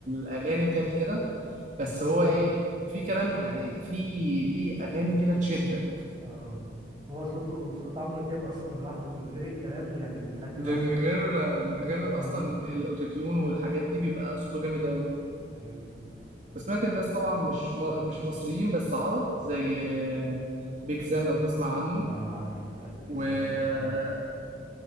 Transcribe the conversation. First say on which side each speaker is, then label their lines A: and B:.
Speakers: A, on the right; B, on the right.
A: الاغاني بتعمل كده بس
B: اه
A: هو ايه في كلام يعني في ليه اغاني كده تشدك
B: اه هو صوته صوت عمرو دياب اصلا لوحده من غير الكلام يعني بيخلي الواحد
A: ده من غير من غير
B: اه
A: اصلا الاوتوتيون والحاجات دي بيبقى صوته جامد قوي
B: مم.
A: وسمعت الناس طبعا مش م- مش مصريين بس عرب زي آه، بيج سام لو تسمع عنه
B: اه عارف عارف بيك
A: وسلاوي
B: سام بسمعه